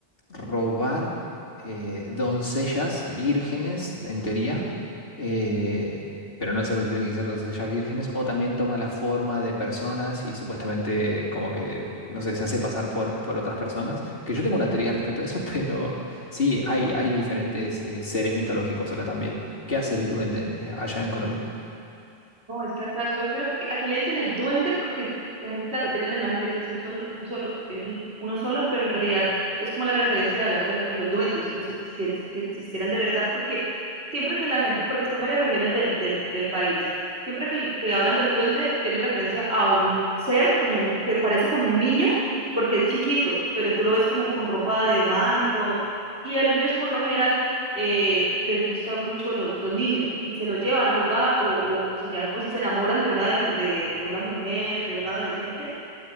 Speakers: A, on the left; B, on the right.
A: robar eh, doncellas vírgenes, en teoría, eh, pero no necesariamente tienen que ser doncellas vírgenes, o también toma la forma de personas y supuestamente como que, no sé, se hace pasar por, por otras personas, que yo tengo una teoría respecto a eso, <laughs> pero sí, hay, hay diferentes eh, seres mitológicos acá también. ¿Qué hace el duende en- eh, allá en Colombia?
B: No, es que acá es cosa seria porque aquí le dicen el duende porque la gente, claro, tiene la imagen de que es un solo, un solo, es un- uno solo, pero en realidad es como la referencia de hablar de, la- de los duendes, como si, si- si existieran de verdad, porque siempre que la gente, porque está en varias regiones del, del, del país, siempre que, el- que hablan del duende, tiene referencia a un ser como un, que parece como un niño, porque es chiquito, pero tú lo ves como con ropa de humano y todo. Y ellos por lo general eh, les gusta mucho los, los niños y se los llevan a jugar o, o, o, se llevan- o si se enamoran de una, de, la- de, de una mujer, de un adolescente.